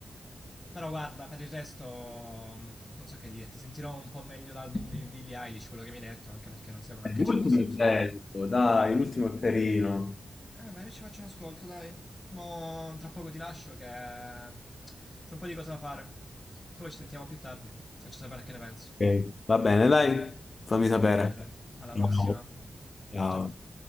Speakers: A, on the left; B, on the left.
A: Però guarda, per il resto mh, non so che dirti, sentirò un po' meglio l'album di Billie Eilish, quello che mi hai detto, anche perché non sapevo
B: Eh,
A: neanche
B: L'ultimo
A: ci fosse
B: è
A: questo
B: bello,
A: album.
B: dai, l'ultimo è carino.
A: E vabbè, io ci faccio un ascolto, dai. Mo tra poco ti lascio che c'è un po' di cose da fare. Se vuoi ci sentiamo più tardi, ti faccio sapere che ne penso.
B: Ok. Va bene, dai, fammi sapere.
A: Va bene, alla
B: Ciao.
A: prossima.
B: Ciao.
A: Ciao.